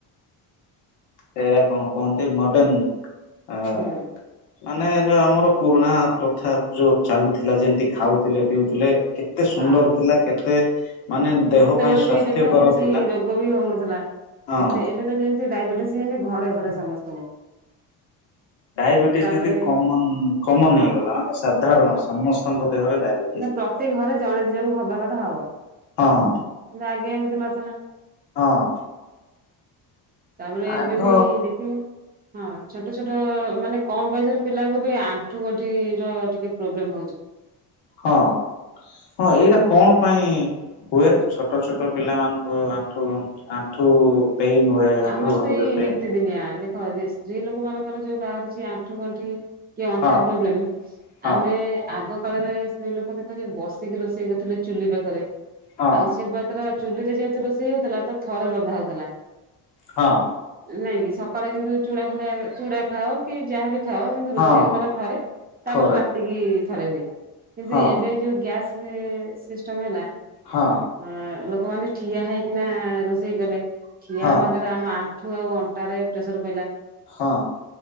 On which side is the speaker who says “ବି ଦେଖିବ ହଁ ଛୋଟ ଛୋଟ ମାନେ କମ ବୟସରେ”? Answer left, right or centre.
Right